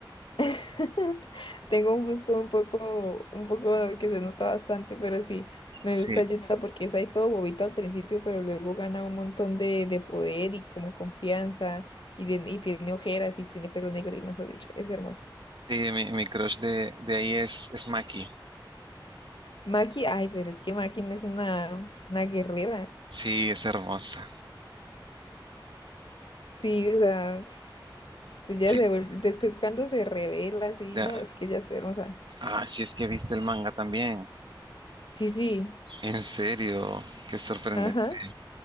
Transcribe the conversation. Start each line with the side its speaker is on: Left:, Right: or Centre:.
Left: <laughs> Tengo un gusto un poco, un poco que se nota bastante, pero sí, me
Right: Sí,
Left: gusta Utah porque es ahí todo bobito al principio, pero luego gana un montón de, de poder y como confianza, y tiene, y tiene ojeras y tiene pelo negro, y mejor dicho, es hermoso.
Right: sí, mi, mi crush de, de ahí es, es Maki.
Left: Maki, ay, pero es que Maki no es una, una guerrera.
Right: Sí, es hermosa.
Left: Sí, o sea, ps, ya
Right: Sí,
Left: se vuelve- después cuando se revela, así,
Right: mira,
Left: no, es que ya es hermosa.
Right: ah, sí es que viste el manga también.
Left: Sí, sí,
Right: En serio, qué sorprendente.
Left: ajá.